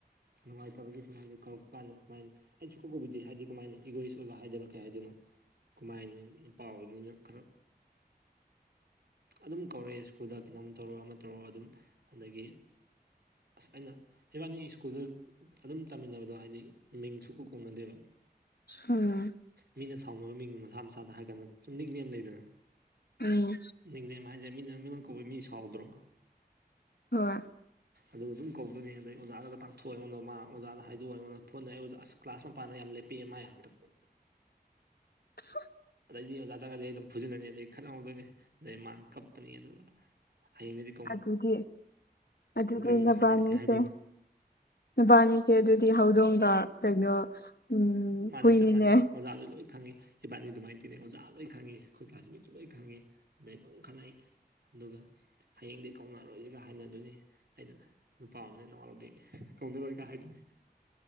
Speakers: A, on the right; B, on the left.
A: ꯅꯨꯡꯉꯥꯏꯇꯕꯒꯤ ꯁꯨꯃꯥꯏꯅ ꯀꯧꯔꯛꯄ ꯀꯥꯟꯗ ꯀꯃꯥꯏꯅ ꯑꯩ ꯁꯨꯀꯧ ꯀꯧꯕꯤꯗꯤ ꯍꯥꯏꯗꯤ ꯀꯃꯥꯏꯅ ꯏꯒꯣꯏꯔꯤꯁ ꯑꯣꯏꯕ ꯍꯥꯏꯗꯅꯣ ꯀꯩ ꯍꯥꯏꯗꯣꯏꯅꯣ ꯀꯃꯥꯏꯅ ꯍꯥꯏꯅꯤ ꯅꯨꯄꯥ ꯑꯣꯏꯕꯅꯤꯅ ꯈꯔ ꯑꯗꯨꯝ ꯀꯧꯔꯛꯑꯦ ꯁ꯭ꯀꯨꯜ ꯀꯩꯅꯣꯝ ꯇꯧꯔꯣ ꯑꯃ ꯇꯧꯔꯣ ꯑꯗꯨꯝ ꯑꯗꯒꯤ ꯑꯁ ꯑꯩꯅ ꯏꯕꯥꯅꯤ ꯁ꯭ꯀꯨꯜꯗ ꯑꯗꯨꯝ ꯇꯝꯃꯤꯟꯅꯕꯗꯣ ꯍꯥꯏꯗꯤ ꯃꯤꯡꯁꯨ ꯁꯨꯀꯧ ꯀꯧꯅꯗꯦꯕ
B: ꯑꯥ
A: ꯃꯤꯅ ꯁꯥꯎꯅꯕ ꯃꯤꯡ ꯃꯁꯥ ꯃꯁꯥꯗ ꯍꯥꯏꯒꯅꯨ ꯁꯨꯝ ꯅꯤꯛꯅꯦꯝ ꯂꯩꯗꯅ
B: ꯑꯧ
A: ꯅꯤꯡꯅꯦꯝ ꯍꯥꯏꯁꯦ ꯃꯤꯅ ꯃꯤꯅ ꯀꯧꯕ ꯃꯤ ꯁꯥꯎꯗ꯭ꯔꯣ
B: ꯍꯣꯏ
A: ꯑꯗꯨ ꯑꯗꯨꯝ ꯀꯧꯗꯣꯏꯅꯦ ꯑꯗꯩ ꯑꯣꯖꯥꯗꯨꯒ ꯇꯥꯛꯊꯣꯛꯑ ꯑꯩꯉꯣꯟꯗ ꯃꯥꯅ ꯑꯣꯖꯥꯗ ꯍꯥꯏꯗꯣꯛꯑ ꯑꯩꯉꯣꯟꯗ ꯐꯨꯍꯥꯟꯗꯣꯏꯅꯦ ꯑꯣꯖꯥ ꯑꯁ ꯀ꯭ꯂꯥꯁ ꯃꯄꯥꯟꯗꯒ ꯌꯥꯝ ꯂꯦꯞꯄꯤꯑ ꯃꯥꯏ ꯍꯥꯛꯇꯛꯇ
B: <unintelligible>
A: ꯑꯗꯩꯗꯤ ꯑꯣꯖꯥ ꯖꯒꯗꯤ ꯑꯩ ꯑꯗꯨꯝ ꯐꯨꯖꯤꯜꯂꯅꯤ ꯑꯗꯩ ꯈꯠꯍꯧꯗꯣꯏꯅꯦ ꯑꯗꯩ ꯃꯥ ꯀꯞꯄꯅꯤ ꯑꯗꯨꯒ ꯍꯌꯦꯡꯗꯗꯤꯠ
B: ꯑꯗꯨꯗꯤ ꯑꯗꯨꯒꯤ
A: ꯑꯣꯏꯕ
B: ꯅꯕꯥꯅꯤꯁꯦ
A: ꯍꯥꯏꯗꯔꯦ ꯀꯩ ꯍꯥꯏꯗꯣꯏꯅꯣ
B: ꯅꯨꯕꯥꯅꯤꯁꯦ ꯑꯗꯨꯗꯤ ꯍꯧꯗꯣꯡꯒ ꯀꯩꯅꯣ ꯎꯝ
A: ꯃꯥꯥꯅꯤ
B: ꯍꯨꯏꯅꯤꯅꯦ
A: ꯆꯞ ꯃꯥꯟꯅꯩ ꯑꯣꯖꯥꯁꯨ ꯂꯣꯏ ꯈꯪꯉꯤ ꯏꯕꯥꯅꯤ ꯑꯗꯨꯃꯥꯏꯅ ꯇꯤꯅꯩ ꯑꯣꯖꯥ ꯂꯣꯏ ꯈꯪꯉꯤ ꯑꯩꯈꯣꯏ ꯀ꯭ꯂꯥꯥꯁ ꯃꯤꯁꯨ ꯂꯣꯏ ꯈꯪꯉꯤ ꯑꯗꯩ ꯑꯗꯨꯝ ꯈꯠꯅꯩ ꯑꯗꯨꯒ ꯍꯌꯦꯡꯗꯤ ꯀꯧꯅꯔꯣꯏꯁꯤꯒ ꯍꯥꯏꯅꯗꯣꯏꯅꯤ ꯑꯩꯅ ꯅꯨꯄꯥ ꯑꯃꯅꯦ ꯅꯋꯥꯔꯧꯗꯦꯒ ꯀꯧꯅꯔꯣꯏ ꯀ ꯍꯥꯏꯗꯨꯏꯅꯤ